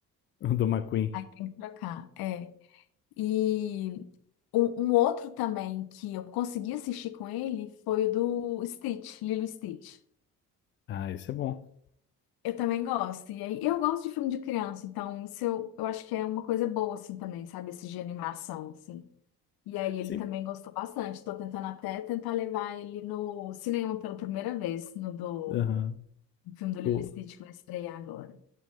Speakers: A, on the left; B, on the left.
A: O do McQueen.
B: Aí tem que trocar, é. E um, um outro também que eu consegui assistir com ele foi o do Stitch, Lilo e Stitch.
A: Ah, isso é bom.
B: Eu também gosto. E aí eu gosto de filme de criança, então isso eu, eu acho que é uma coisa boa assim também, sabe? Esse de animação assim. E aí ele
A: Sim.
B: também gostou bastante. Estou tentando até tentar levar ele no cinema pela primeira vez, no do
A: Aham.
B: no filme do Lilo
A: Do,
B: e Stitch que vai estrear agora.